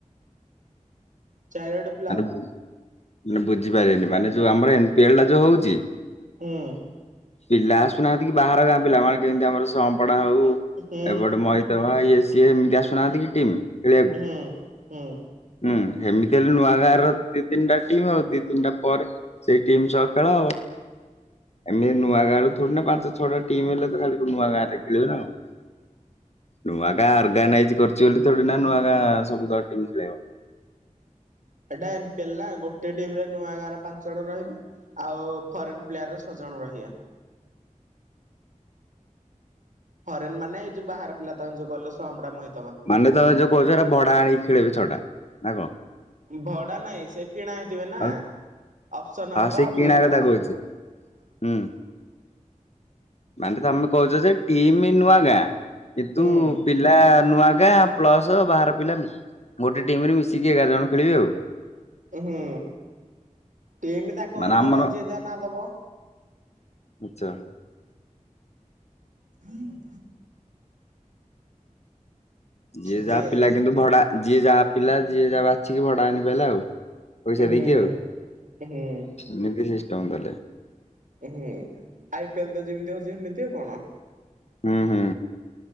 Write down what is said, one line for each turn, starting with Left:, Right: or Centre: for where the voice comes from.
Right: ଚାରଡ଼
Left: ରୁକୁ ମାନେ ବୁଝିପାରିଲେନି ମାନେ ଯୋଉ ଆମର ଏମ୍ ପି ଏଲ ଟା ଯୋଉ ହୋଉଛି
Right: ହୁଁ।
Left: ପିଲା ଆସୁନାହାନ୍ତି କି ବାହାର ଗାଁ ପିଲା ମାନେ କେମିତି ଆମର ସମ୍ପଡା ହୋଉ
Right: ହୁଁ
Left: ଏପଟେ ମଇ <unintelligible> ଇଏ ସିଏ ଏମିତି ଆସୁ ନାହାନ୍ତି କି ଟିମ୍। ଖେଳିବାକୁ।
Right: ହୁଁ ହୁଁ।
Left: ହୁଁ ହେମିତିହେଲେ ନୂଆ ଗାଁ ର ଦି ତିନିଟା ଟିମ୍ ଆଉ ଦି ତିନିଟା ପରେ ସେଇ ଟିମ୍ ସହ ଖେଳ। ଏମିତି ନୂଆ ଗାଁ ରୁ ଥୋଡିନା ପାଞ୍ଚ ଛଅଟା ଟିମ୍ ହେଲେ ତ ଖାଲି ନୂଆ ଗାଁରେ ଖେଳିବୁ ନା କଣ? ନୂଆ ଗାଁ ଅର୍ଗାନାଇଜ କରୁଚି ବୋଲି ତୋ ଥୋଡିନା ନୂଆ ଗାଁ ସବୁତକ ଟିମ୍ ଖେଳେଇବ।
Right: ଏଇଟା ଏମ୍ ପିଏଲ୍ ନା ଗୋଟେ ଟିମ ରେ ନୂଆ ଗାଁର ପାଞ୍ଚ ଜଣ ରହିବେ। ଆଉ ଫରେନ ପ୍ଲେୟାର ର ଛ ଜଣ ରହିଆ। ଫରେନ୍ ମାନେ ଏ ଯୋଉ ବାହାର ପିଲା ତାଙ୍କର ଯୋଉ କହିଲ ସମଡା ମ
Left: ମାନେ ତମେ ଯୋଉ କହୁଛ ଭଡା ଆଣିକି ଖେଳିବେ ଛ ଟା। ନା କଣ?
Right: ଭଡା ନାଇଁ ସେ କିଣା ହେଇଥିବେ ନା।
Left: ଆଉ
Right: ଅପସନ
Left: ହଁ
Right: ହବ
Left: ସେଇ କିଣା
Right: ପିଲାଙ୍କର।
Left: କଥା କହୁଛି ହୁଁ ମାନେ ତମେ କହୁଛ ଯେ ଟିମି ନୂଆ ଗାଁ କିନ୍ତୁ
Right: ହୁଁ
Left: ପିଲା ନୂଆ ଗାଁ ପ୍ଲସ ବାହାର ପିଲା ଗୋଟେ ଟିମ୍ ରୁ ମିଶିକି ଏଗାର ଜଣ ଖେଳିବେ ଆଉ।
Right: ହୁଁ ଟିମ୍ ତାଙ୍କ
Left: ମାନେ
Right: ଓନର
Left: ଆମର
Right: ଜିଏ ଯାହା ନାଁ ଦବ।
Left: ଆଚ୍ଛା।
Right: ହୁଁ
Left: ଯିଏ
Right: ସେଥିପାଇଁ
Left: ଯାହା ପିଲା କିନ୍ତୁ ଭଡା ଯିଏ ଯାହା ପିଲା ଯିଏ ଯାହା ବାଛିକି ଭଡା ଆଣି ପାରିଲା ଆଉ। ପଇସା
Right: ହୁଁ।
Left: ଦେଇକି ଆଉ
Right: ହୁଁ
Left: ଏମିତି ସିଷ୍ଟମ ତାହଲେ।
Right: ହୁଁ ଆଇ ପି ଏଲ୍ ତ ଯେମିତି ହଉଛି ସେମିତି ଆଉ କଣ।
Left: ହୁଁ ହୁଁ।